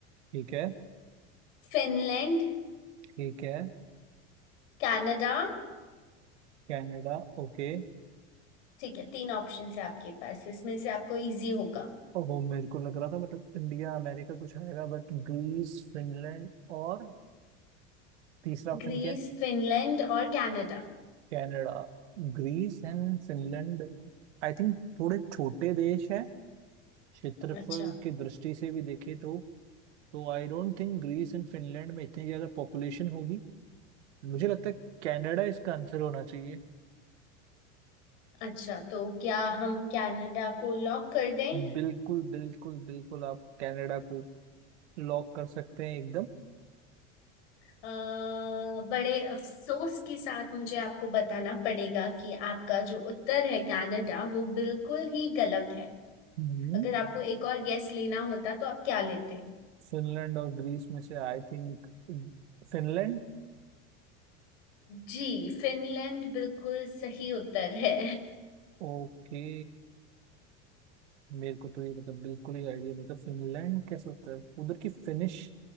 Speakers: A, on the right (about 80°); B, on the left (about 75°).
A: ठीक है
B: फिनलैंड
A: ठीक है
B: कनाडा
A: Canada okay
B: ठीक है तीन ऑप्शन है आपके पास इसमें से आपको इजी होगा
A: ओहो मेरे को लग रहा था मतलब इंडिया अमेरिका कुछ आएगा बट ग्रीस फिनलैंड और तीसरा ऑप्शन
B: ग्रीस
A: क्या है
B: फिनलैंड और कनाडा
A: Canada Greece and Finland I think थोड़े छोटे देश हैं क्षेत्रफल
B: अच्छा
A: की दृष्टि से भी देखे तो तो I don't think Greece and Finland में इतनी ज्यादा पॉपुलेशन होगी मुझे लगता है कनाडा इसका आंसर होना चाहिए
B: अच्छा तो क्या हम कनाडा को लॉक कर दें
A: बिल्कुल बिल्कुल बिल्कुल आप कनाडा को लॉक कर सकते हैं एकदम
B: अ, बड़े अफसोस के साथ मुझे आपको बताना पड़ेगा कि आपका जो उत्तर है कनाडा वो बिल्कुल ही गलत है
A: हम्म
B: अगर आपको एक और गैस लेना होता तो आप क्या लेते हैं
A: फिनलैंड और ग्रीस में से आई थिंक फिनलैंड
B: जी फिनलैंड बिल्कुल सही उत्तर है
A: ओके मेरे को तो ये मतलब बिल्कुल ही आइडिया नहीं था फिनलैंड कैसे होता है उधर की फिनिश